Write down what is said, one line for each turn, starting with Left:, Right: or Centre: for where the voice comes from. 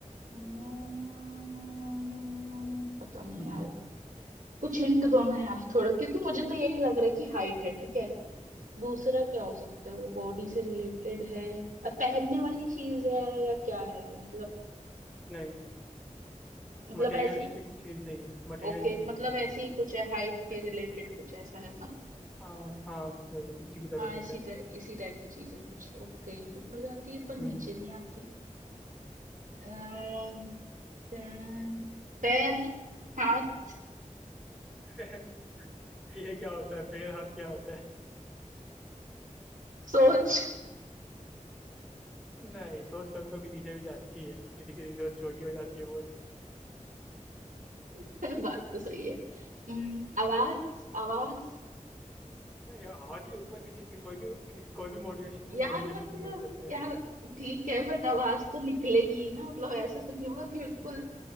Right: हम्म, पता नहीं
Centre: <laughs>
Right: यार कुछ हिंट दो ना यार थोड़ा क्योंकि मुझे तो यही लग रहा है कि हाइट है ठीक है दूसरा क्या हो सकता है वो बॉडी से रिलेटेड है अ, पहनने वाली चीज है या क्या है मतलब
Centre: नहीं
Right: मतलब
Centre: मटेरियलिस्टिक
Right: ऐसी
Centre: चीज नहीं है मटेरियल
Right: ओके
Centre: चीज
Right: मतलब
Centre: नहीं
Right: ऐसी ही कुछ है हाइट के
Centre: है
Right: रिलेटेड कुछ ऐसा है ना
Centre: हाँ हाँ बस वही उसी की तरह
Right: हाँ
Centre: कुछ
Right: इसी
Centre: है
Right: टाइप इसी टाइप की चीज है कुछ ओके ऊपर जाती है पर
Centre: हम्म,
Right: नीचे नहीं आती अ, अ, पैर हाथ
Centre: <laughs> ये क्या होता है पैर हाथ क्या होता है
Right: सोच
Centre: नहीं सोच कभी कभी नीचे भी जाती है किसी किसी की सोच छोटी हो जाती है बहुत
Right: <laughs> बात तो सही है हम्म, आवाज आवाज
Centre: नहीं आवाज भी ऊपर नीचे की- कोई भी की- कोई भी मॉड्यूलेशन
Right: यार
Centre: मॉड्यूलेशन
Right: मतलब
Centre: में बोल सकते हैं
Right: यार ठीक है बट आवाज तो निकलेगी ही ना मतलब ऐसे तो नहीं होगा कि बिल्कुल